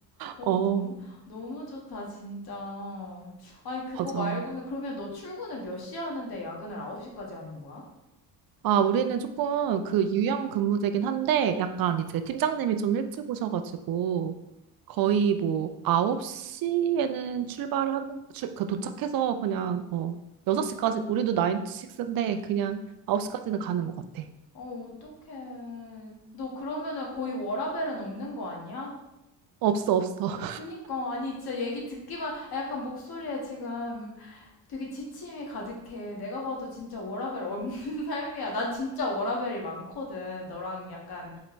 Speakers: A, on the left; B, on the right.
A: 어,
B: 어,
A: 너무, 너무 좋다, 진짜. 아니, 그거
B: 맞아.
A: 말고는, 그러면 너 출근을 몇 시에 하는데 야근을 9시까지 하는 거야?
B: 아, 우리는 조금 그 유형 근무제긴 한데, 약간 이제 팀장님이 좀 일찍 오셔가지고, 거의 뭐 9시에는 출발하는, 출, 그 도착해서 그냥, 어, 6시까지, 우리도 9 to 6인데, 그냥 9시까지는 가는 것 같아.
A: 어, 어떡해. 너 그러면은 거의 워라밸은 없는 거 아니야?
B: 없어, 없어.
A: 그니까, 아니, 진짜 얘기 듣기만, 아, 약간 목소리에 지금 되게 지침이 가득해. 내가 봐도 진짜 워라밸 없는 <laughs> 삶이야. 난 진짜 워라밸이 많거든. 너랑 약간